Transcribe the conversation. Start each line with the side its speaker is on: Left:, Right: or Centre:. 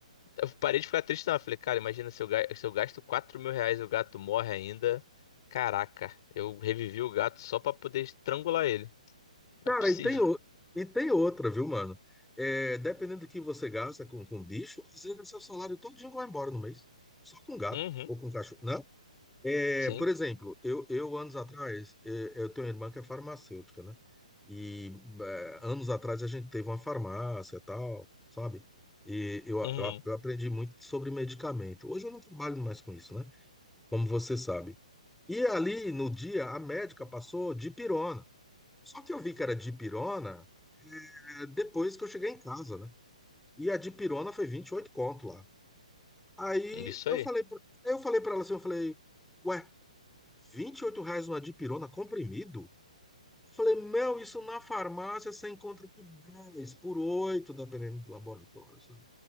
Left: eu parei de ficar triste, não. Eu falei, cara, imagina se eu, ga- se eu gasto 4 mil reais e o gato morre ainda. Caraca, eu revivi o gato só para poder estrangular ele. Não
Centre: Cara,
Left: é possível.
Centre: e tem, o- e tem outra, viu, mano? É, dependendo do que você gasta com, com bicho, às vezes o seu salário todinho vai embora no mês. Só com gato
Left: Uhum,
Centre: ou com cachorro, né? É,
Left: sim.
Centre: por exemplo, eu, eu anos atrás, eu, eu tenho uma irmã que é farmacêutica, né? E é, anos atrás a gente teve uma farmácia e tal, sabe? E eu,
Left: Uhum.
Centre: eu, eu aprendi muito sobre medicamento. Hoje eu não trabalho mais com isso, né? Como você sabe. E ali no dia, a médica passou dipirona. Só que eu vi que era dipirona é, depois que eu cheguei em casa, né? E a de pirona foi 28 conto lá. Aí
Left: Isso
Centre: eu
Left: aí.
Centre: falei, pra- eu falei para ela assim, eu falei, ué, 28 reais uma de pirona comprimido? Eu falei, meu, isso na farmácia você encontra por 10, por 8, dependendo do laboratório, sabe?